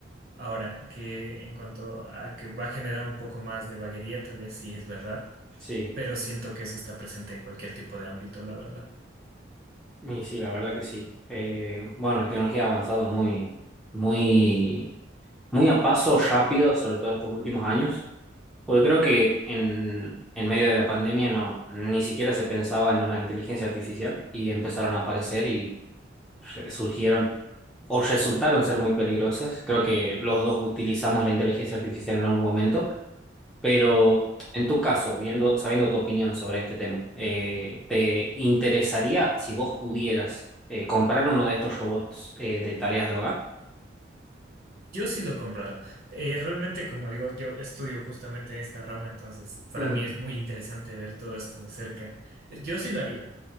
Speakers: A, on the right; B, in the centre.
A: Ahora, que en cuanto a que va a generar un poco más de vaguería, tal vez sí es verdad,
B: sí,
A: pero siento que eso está presente en cualquier tipo de ámbito, la verdad.
B: y sí, la verdad que sí. Eh, bueno, la tecnología ha avanzado muy, muy muy a paso rápido, sobre todo estos últimos años, porque creo que en, en medio de la pandemia no, ni siquiera se pensaba en una inteligencia artificial y empezaron a aparecer y re- surgieron o resultaron ser muy peligrosas. Creo que los dos utilizamos la inteligencia artificial en algún momento, pero en tu caso, viendo, sabiendo tu opinión sobre este tema, eh, ¿te interesaría si vos pudieras eh, comprar uno de estos robots eh, de tareas de hogar?
A: Yo sí lo comprara. Eh, realmente, como digo, yo estudio justamente en esta rama, entonces para
B: Ajá.
A: mí es muy interesante ver todo esto de cerca. Eh, Yo sí lo haría.